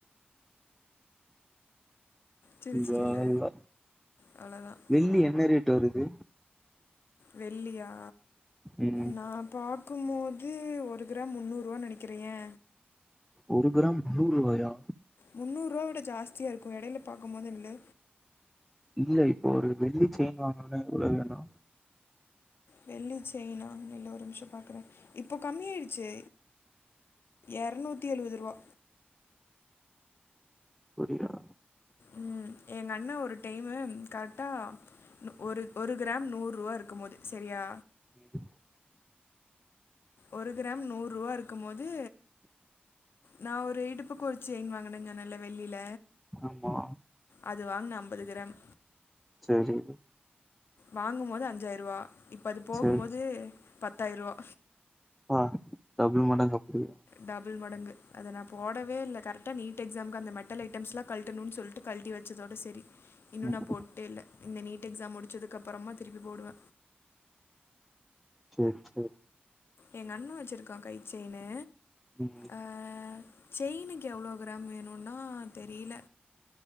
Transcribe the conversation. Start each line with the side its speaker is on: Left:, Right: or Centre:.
Left: சிரிச்சிட்டில
Centre: ல்லா அல்லா
Left: அவ்வளோதான்
Centre: வெள்ளி என்ன ரேட் வருது
Left: வெள்ளியா
Centre: உம்
Left: நாப் பாக்குமோது ஒரு கிராம் முந்நூருவா நனைக்கிர ஏ
Centre: ஒரு கிராம் முன்னூர்ருவாயா
Left: முன்னூருவா விட ஜாஸ்தியா இருக்கு எடைல பாக்கு போது இல்ல
Centre: இல்ல இப்போ ஒரு வெள்ளி செய்ன் வாங்கனுனா எவ்ளோ வேணு
Left: வெள்ளி செய்னா நில்லு ஒரு நிம்ஷோ பாக்குற இப்போ கம்மியாடுச்சே எர்நூத்தி எழுவது ருவா
Centre: புரிரா
Left: ம் எங்க அண்ண ஒரு டைமு கரெக்டா ஒரு ஒரு கிராம் நூர்ருவா இருக்கும் போது சரியா
Centre: ம்
Left: ஒரு கிராம் நூர்ருவா இருக்கும் போது நா ஒரு இடுப்புக்கு ஒரு செயின் வாங்கினன் சொன்ன இல்ல வெள்ளில
Centre: ஆமா
Left: அது வாங்ன அம்பது கிராம்
Centre: செரி
Left: வாங்குபோது அஞ்சாய்ருவா இப்ப அது போகும்போது
Centre: சரி
Left: பத்தாய்ருவா
Centre: பா டபுல் மடங்கு அப்டியே
Left: டபுள் மடங்கு அத நா போடவே இல்ல கரெக்டா நீட் எக்ஸாம்கு அந்த மெட்டல் ஐட்டம்ஸ்லா கல்ட்டனுன் சொல்டு கல்ட்டி வச்சதோட செரி இன்னு
Centre: ம்
Left: நா போட்டே இல்ல இந்த நீட் எக்ஸாம் முடிச்சதுக்கு அப்பரமா திருப்பி போடுவ
Centre: செரி செரி
Left: எங்க அண்ண வச்சிருக்கா கை செய்னு
Centre: ம்
Left: அ செயினுக் எவ்ளோ க்ராம் வேணுன்னா தெரியில